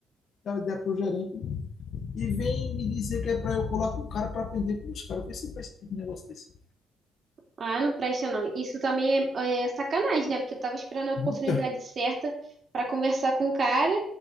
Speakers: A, on the left; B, on the right.
A: dá ideia para o gerente, e vem me dizer que é para eu colar com o cara para aprender com os caras. Vê se faz um negócio desse.
B: Ah, não presta não. Isso também é, é sacanagem, né? Porque eu tava esperando a oportunidade
A: Muita?
B: certa pra conversar com o cara,